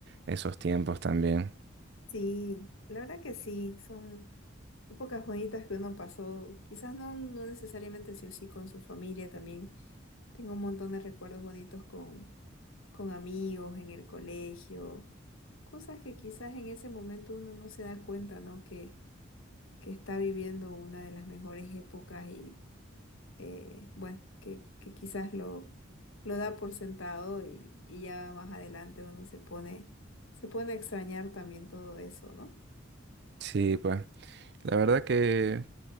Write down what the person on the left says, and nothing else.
Sí, la verdad que sí, son épocas bonitas que uno pasó, quizás no, no necesariamente sí o sí con su familia también. Tengo un montón de recuerdos bonitos con, con amigos en el colegio, cosas que quizás en ese momento uno no se da cuenta, ¿no? Que que está viviendo una de las mejores épocas y eh, bueno, que, que quizás lo, lo da por sentado y, y ya más adelante uno se pone, se pone a extrañar también todo eso, ¿no?